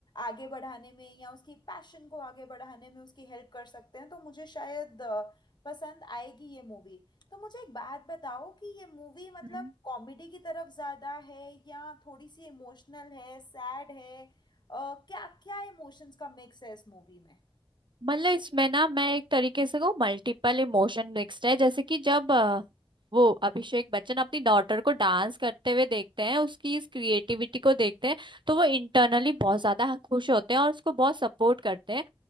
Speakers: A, on the left (about 50°); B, on the right (about 60°).
A: आगे बढ़ाने में या उसकी पैशन को आगे बढ़ाने में उसकी हेल्प कर सकते हैं तो मुझे शायद अ, पसंद आएगी ये मूवी तो मुझे एक बात बताओ कि ये मूवी मतलब
B: हम्म
A: कॉमेडी की तरफ ज़्यादा है या थोड़ी सी इमोशनल है सैड है अ, क्या क्या इमोशंस का मिक्स है इस मूवी में
B: मतलब इसमें ना मैं एक तरीके से कहूँ मल्टीपल इमोशन मिक्स्ड है जैसे कि जब अ, वो अभिषेक बच्चन अपनी डॉटर को डांस करते हुए देखते हैं उसकी इस क्रिएटिविटी को देखते हैं तो वो इंटरनली बहुत ज्यादा खुश होते हैं और उसको बहुत सपोर्ट करते हैं